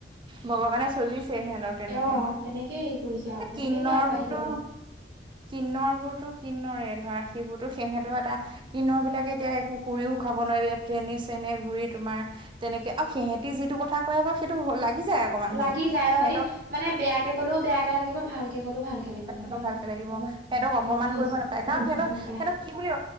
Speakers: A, on the right (about 30°); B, on the right (about 60°).
A: ভগৱানে চজিছে সিহঁতক তেনেকে।
B: অ তেনেকেই হেৰি কৰিছে আৰু তেনেকেইতো
A: কিন্নৰ
B: আগবাঢ়ি
A: বোৰতো,
B: যাব
A: কিন্নৰে বোৰতো, কিন্নৰেই ধৰা, সিহঁতৰ এটা কিন্নৰ বিলাকে এতিয়া একো কৰিও খাব নোৱাৰিব, ইয়াত ট্ৰেনে-চ্ৰেনে ঘূৰি তোমাৰ। তেনেকে আৰু সিহঁতি যিটো কথা কয় আক সেইটো লাগি যায় আকৌ মানুহ
B: লাগি যায় অ
A: সিহঁতক
B: হেৰি মানে বেয়াকে ক'লেও বেয়াকে লাগিব ভাল। কালি মই
A: সিহঁতক
B: মানে
A: ভালকে লাগিব সিহঁতক
B: হেৰি
A: অপমান
B: দি থৈছে
A: কৰিব নাপায় কাৰণ সিহঁতৰ
B: নাপায়
A: সিহত কি বুলি